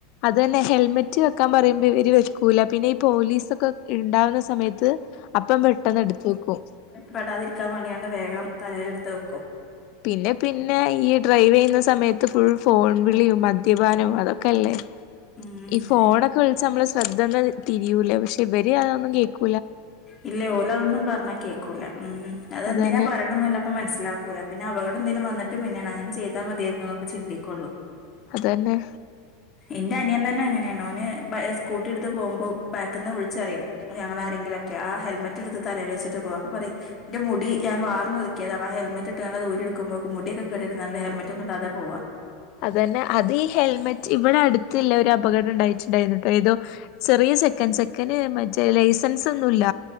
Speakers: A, on the left; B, on the left.
A: അതെന്നെ ഹെൽമെറ്റ് വെക്കാ പറയുമ്പൊ ഇവര് വെക്കൂല പിന്നെ ഈ പോലീസൊക്ക ഇണ്ടാവ്ന്ന സമയത്ത് അപ്പം പെട്ടന്ന് എടുത്ത് വെക്കും.
B: പെടാതിരിക്കാ വാണ്ടിങ്ങാണ്ട് വേഗം തലേലെട്ത്ത് വെക്കും.
A: പിന്നെ പിന്നെ ഈ ഡ്രൈവ്യ്യുന്ന സമയത്ത് ഫുൾ ഫോൺ വിളിയും മദ്യപാനവും അതൊക്കല്ലേ?
B: ഉം
A: ഈ ഫോണൊക്ക
B: ഹൈ.
A: വിളിച്ചാ നമ്മളെ ശ്രദ്ധന്നെ തിരിയൂല? പക്ഷെ ഇവര് അതൊന്നും കേക്കൂ
B: ഇല്ലേ ഓല അതൊന്നും പറ്ഞ്ഞാ കേക്കൂല ഉം അതെന്തിന
A: അതന്നെ
B: പറയ്ണംന്ന്ല്ലപ്പം മൻസ്സിലാക്കൂല പിന്ന അപകട എന്തേലും വന്ന്ട്ട് പിന്നെ അങ്ങനെ ചെയ്താ മതിയെർന്നു ന്നൊക്ക ചിന്തിക്കൊള്ളു
A: അതെന്നെ
B: ഇന്റെ അനിയം തന്നെ അങ്ങനേണ് ഓന് ബ സ്കൂട്ടി ഇട്ത്ത് പോവുമ്പൊ ബാക്കിന്ന് വിളിച്ചറിയും ഞങ്ങളാരെങ്കിലൊ ക്കെ ആഹ് ഹെൽമറ്റ്ടുത്ത് തലേല് വച്ചിട്ട് പോവ അപ്പൊ പറയും ഇന്റ മുടി ഞാൻ വാർന്നൊതിക്ക്യേതാണ് ആഹ് ഹെൽമെറ്റ്ട്ടാണ് ഊരി ഇട്ക്കുമ്പോക് മുടിക്കെ കേടെരും ന്നർഞ്ട്ട് ഹെൽമെറ്റൊന്നും ഇടാതെ പോവ
A: അതെന്നെ അത് ഈ ഹെൽമറ്റ് ഇവ്ടെ അടുത്തില്ല ഒരു അപകടം ഇണ്ടായ്റ്റ് ഇണ്ടായ്ന്ന്ട്ടൊ ഏതോ ചെറിയ ചെക്കൻസ ചെക്കന് മറ്റെ ലൈസൻസൊന്നുല്ല